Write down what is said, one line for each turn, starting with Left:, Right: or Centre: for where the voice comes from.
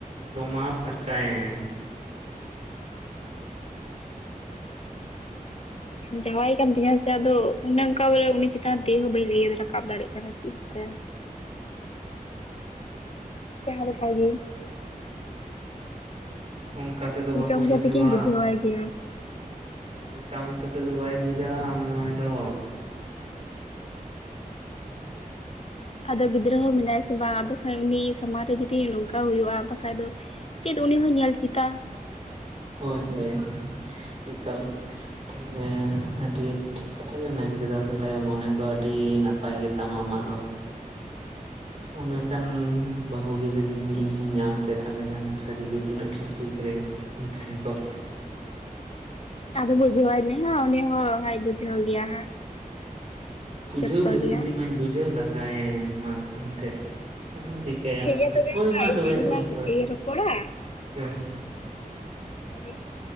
Right: ᱫᱚᱢᱟᱣ ᱯᱷᱟᱨᱪᱟᱭᱮᱢ᱾
Left: ᱡᱟᱶᱟᱭ ᱠᱟᱱ ᱛᱤᱧᱟᱭ ᱥᱮ ᱟᱫᱚ ᱚᱱᱮ ᱚᱱᱠᱟ ᱵᱚᱞᱮ ᱩᱱᱤ ᱪᱮᱛᱟᱱ ᱛᱤ ᱦᱚᱸ ᱵᱟᱹᱧ ᱞᱟᱹᱭ ᱨᱟᱠᱟᱵ ᱫᱟᱲᱮᱜ ᱠᱟᱱᱟ᱾ ᱪᱤᱜ ᱪᱤᱠᱟᱭᱟ?
Right: <inaudible>
Left: <unintelligible>
Right: ᱚᱱᱠᱟ ᱛᱮᱫᱚ
Left: ᱢᱚᱪᱟ
Right: ᱵᱟᱠᱚ
Left: ᱢᱚᱪᱟ
Right: ᱵᱩᱡᱷᱟᱹᱣᱟ᱾
Left: ᱛᱮᱜᱮᱧ ᱵᱩᱡᱷᱟᱹᱣᱟᱭ ᱜᱮᱭᱟ
Right: ᱢᱚᱪᱟ ᱢᱚᱪᱟ ᱛᱮᱫᱚ ᱵᱟᱭ ᱵᱩᱡᱷᱟ ᱟᱢ ᱡᱟᱢᱟᱭ ᱫᱚ᱾
Left: ᱟᱫᱚ ᱜᱤᱫᱽᱨᱟᱹ ᱦᱚᱸ ᱢᱮᱱᱟᱭᱟ ᱥᱮ ᱵᱟᱝ ᱟᱫᱚ ᱠᱷᱟᱡ ᱩᱱᱤ ᱥᱟᱢᱟᱝ ᱨᱮ ᱡᱩᱫᱤ ᱱᱚᱝᱠᱟ ᱦᱩᱭᱩᱜ-ᱟ ᱵᱟᱠᱷᱟᱡ ᱫᱚᱼᱼ ᱪᱮᱫ ᱩᱱᱤ ᱦᱚᱸᱭ ᱧᱮᱞ ᱪᱤᱛᱟ᱾
Right: ᱦᱳᱭ ᱦᱳᱭ᱾ ᱮᱠᱟᱞ ᱛᱟᱞᱦᱮ ᱟᱹᱰᱤ ᱴᱷᱤᱠ ᱠᱟᱛᱷᱟ ᱜᱮᱢ ᱢᱮᱱ ᱠᱮᱫᱟ ᱛᱟᱞᱦᱮ ᱢᱚᱱᱮᱼᱼ ᱫᱚ ᱟᱹᱰᱤ ᱱᱟᱯᱟᱭ ᱜᱮᱛᱟᱢᱟ ᱟᱢᱟᱜ ᱫᱚ᱾ ᱟᱢᱞᱮᱠᱟᱱ ᱵᱟᱹᱦᱩ ᱡᱩᱫᱤ ᱤᱧ ᱦᱚᱧ ᱧᱟᱢ ᱠᱮᱭᱟ ᱛᱟᱦᱚᱞᱮ ᱠᱷᱟᱱ ᱥᱟᱹᱨᱤᱜᱮ ᱛᱤᱱᱟᱹᱜ ᱪᱚᱝ ᱥᱩᱠ ᱨᱮ ᱛᱟᱦᱮᱱᱸ ᱠᱚᱜ
Left: ᱟᱫᱚ ᱵᱩᱡᱷᱟᱹᱣᱟᱭᱢᱮ ᱦᱟᱸᱜ ᱩᱱᱤ ᱦᱳᱭ <unintelligible> ᱵᱩᱡᱷᱟᱹᱣ ᱜᱮᱭᱟ ᱦᱟᱸᱜ
Right: ᱵᱩᱡᱷᱟᱹᱣ
Left: ᱡᱚᱛᱚ
Right: ᱵᱩᱡᱷᱟᱹᱣ
Left: ᱜᱮ ᱦᱟᱸᱜ
Right: ᱛᱮᱢᱟᱧ ᱵᱩᱡᱷᱟᱹᱣ ᱞᱟᱸᱜᱟᱭᱮᱱ ᱢᱟ ᱮᱱᱛᱮᱫ ᱟᱫᱚᱢ ᱪᱮ ᱢᱟᱭᱟᱢ
Left: ᱴᱷᱤᱠ ᱜᱮᱭᱟ ᱛᱚᱵᱮ
Right: ᱦᱚᱭ
Left: ᱦᱟᱸᱜ
Right: ᱢᱟ
Left: ᱤᱱᱟᱹᱜ
Right: ᱛᱚᱵᱮ
Left: ᱜᱮᱞᱟᱝ
Right: ᱦᱳᱭ ᱦᱳᱭ
Left: ᱨᱚᱯᱚᱲᱟ
Right: ᱦᱮᱸ
Left: <unintelligible>